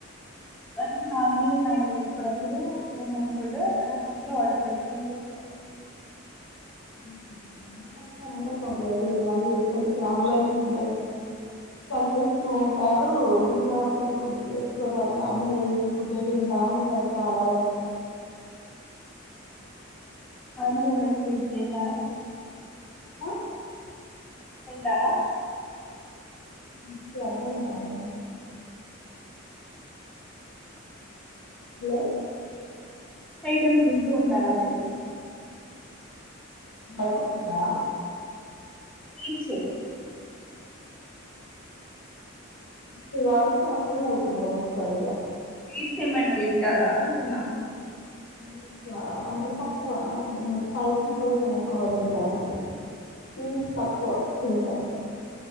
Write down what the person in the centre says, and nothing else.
అంటే నార్మల్గాన్నా అప్పుడప్పుడు <unintelligible> లేకపోతే ఆర్డర్ పెట్టుకుంటా ఉంటా
ఆ మళ్ళా మీ ఫ్రెండ్స్ తింటారా
తింటారా
ఐటమ్స్ వింటూ ఉంటారా మీరు
స్వీట్స్
స్వీట్స్ ఏమైనా తింటారా అంటున్నా